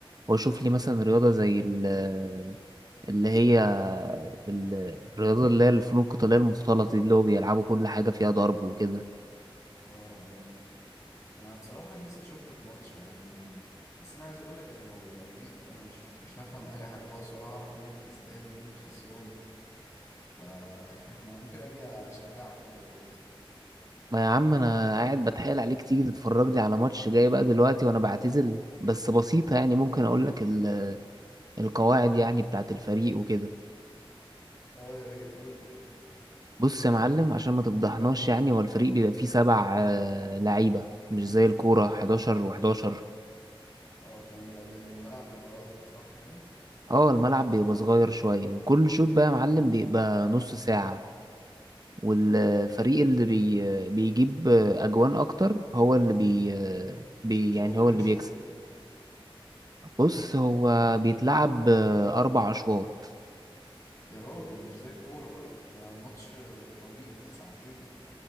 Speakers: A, on the right; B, on the left.
A: واشوف لي مثلا رياضة زي ال- اللي هي ال- الرياضة اللي هي الفنون القتالية المختلطة دي اللي هو بيلعبوا كل حاجة فيها ضرب وكده
B: أه آه. أنا بصراحة نفسي أشوف لك ماتش يا عم أنا بس أنا عايز أقول لك أنا لو لو جيت أنا مش مش هفهم أي حاجة خالص ولا هعرف مين اللي كسبان ومين اللي خسران فأنا <laughs> ممكن أجي أشجعك كده وخلاص
A: ما يا عم انا قاعد بتحايل عليك تيجي تتفرج لي على ماتش جاي بقى دلوقتي وانا بعتزل بس بسيطة
B: <laughs>
A: يعني ممكن اقول لك ال- القواعد يعني بتاعت الفريق وكده
B: أه يا ريت قول لي
A: بص يا معلم عشان ما تفضحناش يعني هو الفريق بيبقى فيه سبع آه، لعيبة مش زي الكورة 11 و11
B: اه تمام ده لأن الملعب بيبقى أصغر صح كده؟
A: اه الملعب بيبقى صغير شوية وكل شوط بقى يا معلم بيبقى نص ساعة والفريق اللي بي بيجيب أجوان أكتر هو اللي بي, بي
B: طب
A: يعني
B: هو
A: هو
B: كام
A: اللي
B: شوط؟
A: بيكسب بص هو بيتلعب أربع أشواط
B: يا راجل مش زي الكورة بقى ده ماتش طويل ده ساعتين